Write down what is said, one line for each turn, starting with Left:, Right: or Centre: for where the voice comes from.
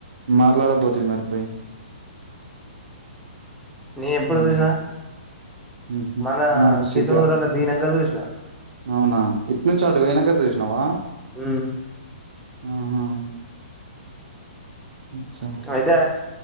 Right: మాట్లాడబోతివ్ మరి పొయి
Centre: నేను ఎప్పుడు
Right: మనకి
Centre: చూసినా
Right: ఉహు
Centre: మనా
Right: మనకి
Centre: కేసముద్రంలో
Right: సిగ్గా
Centre: దిగినంక చూసిన
Right: అవునా ఇట్నుంచి అటు వొయినంక చూసినవా
Centre: ఉ
Right: ఆహా అచ్చా
Centre: అయితే